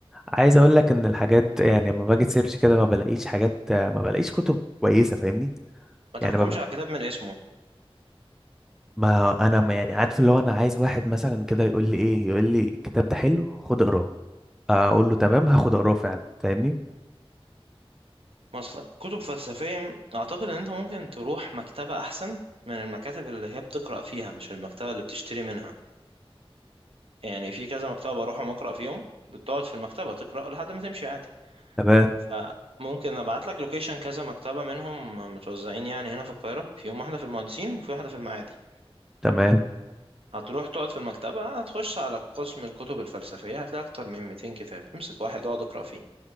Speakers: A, in the centre; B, on the right (about 70°).
A: عايز اقول لك ان الحاجات يعني لما باجي سيرش كده ما بلاقيش حاجات ما بلاقيش كتب كويسة فاهمني
B: ما
A: يعني
B: تحكمش
A: ما, ب...
B: على كتاب من اسمه
A: ما انا ما يعني عارف اللي هو انا عايز واحد مثلا كده يقول لي ايه يقول لي الكتاب ده حلو خد اقراه اقول له تمام هاخد اقراه فعلا فاهمني
B: مثلا كتب فلسفية أعتقد إن أنت ممكن تروح مكتبة أحسن من المكاتب اللي هي بتقرأ فيها مش المكتبة اللي بتشتري منها يعني في كذا مكتبة بروحهم أقرأ فيهم بتقعد في المكتبة تقرأ لحد ما تمشي عادي
A: تمام
B: فممكن ابعت لك لوكيشن كذا مكتبة منهم متوزعين يعني هنا في القاهرة فيهم واحدة في المهندسين وفي واحدة في المعادي
A: تمام
B: هتروح تقعد في المكتبة هتخش على قسم الكتب الفلسفية هتلاقي أكتر من 200 كتاب امسك واحد اقعد اقرأ فيه